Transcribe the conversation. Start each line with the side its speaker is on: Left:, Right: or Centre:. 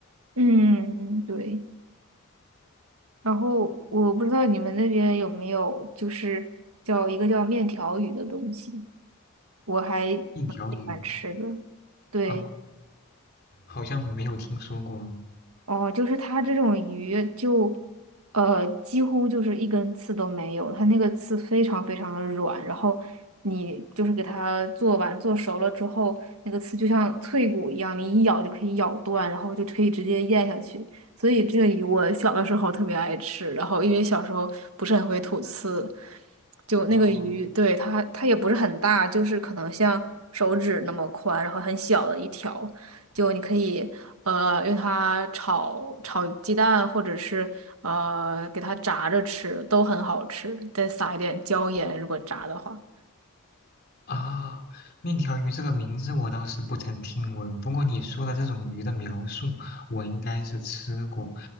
Right: 嗯，对。然后我不知道你们那边有没有，就是叫一个叫面条鱼的东西，我还蛮喜欢吃的。
Left: 一条鱼
Right: 对。
Left: 啊，好像没有听说过。
Right: 哦，就是它这种鱼就，呃，几乎就是一根刺都没有，它那个刺非常非常的软，然后你就是给它做完做熟了之后，那个刺就像脆骨一样，你一咬就可以咬断，然后就可以直接咽下去。所以这个鱼我小的时候特别爱吃，然后因为小时候不是很会吐刺，就那个鱼，
Left: 哦
Right: 对，它它也不是很大，就是可能像手指那么宽，然后很小的一条。就你可以呃，用它炒炒鸡蛋，或者是呃给它炸着吃，都很好吃。再撒一点椒盐，如果炸的话。
Left: 啊，面条鱼这个名字我倒是不曾听闻，不过你说的这种鱼的描述，我应该是吃过。